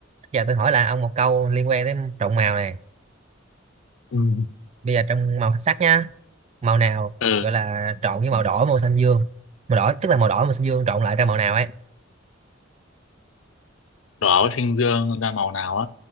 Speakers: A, on the right; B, on the left.
A: Giờ tôi hỏi là ông một câu liên quan đến trộn màu này.
B: Ừ.
A: Bây giờ trong màu sắc nha, màu nào
B: ừ
A: gọi là trộn với màu đỏ, màu xanh dương. Màu đỏ tức là màu đỏ, màu xanh dương trộn lại ra màu nào ấy.
B: đỏ với xanh dương ra màu nào á